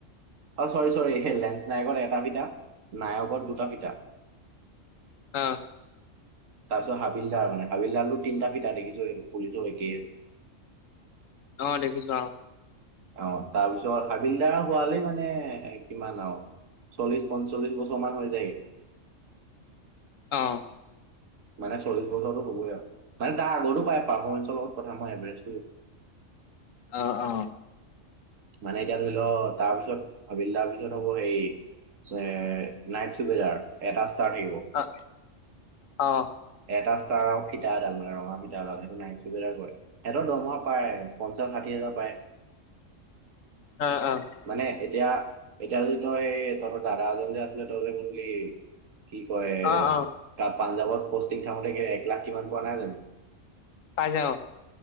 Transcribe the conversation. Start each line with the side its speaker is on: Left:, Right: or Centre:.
Right: অ চৰি চৰি সেই লেন্স নায়কত এটা ফিটা নায়কত দুটা ফিটা।
Left: অ।
Right: তাৰপিছত হাবিলদাৰ মানে হাবিলদাৰটো তিনিটা ফিতা দেখিছই পুলিচৰ একেই আৰু।
Left: অ দেখিছো অ।
Right: অ তাৰ পিছত হাবিলদাৰ হোৱালে মানে মানে কিমান আৰু চল্লিশ পঞ্চল্লিশ বছৰ মান হৈ যায়গে।
Left: অহ।
Right: মানে চল্লিশ বছৰতো হ'বই আও মানে তাৰ আগতো পায় পাৰফৰ্মেঞ্চ লগত কথা মই এভাৰেজটো
Left: অ অ
Right: মানে এতিয়া ধৰি ল তাৰপিছত‌ হাবিলদাৰ পিছত হ'ব সেই এ নাইট চুপেজাৰ এটা ষ্টাৰ্ট আহিব।
Left: অ অ অ
Right: এটা ষ্টাৰ আৰু ফিটা এডাল মানে ৰঙা ফিটাডাল সেইটো নাইচ বেদাৰ কৰে সিহঁত দৰমহা পাই পঞ্চাশ ষাঠি হাজাৰ পাই
Left: অ অ
Right: মানে, এতিয়া এতিয়া যে তই সেই তহঁতৰ দাদা এজন যে আছিলে তই যে কৈছিলি কি কয়
Left: অ অ
Right: ক পাঞ্জাৱত পষ্টিং থাকোতে কি এক লাখ কিমান পোৱা নাই জানো।
Left: পাইছে অ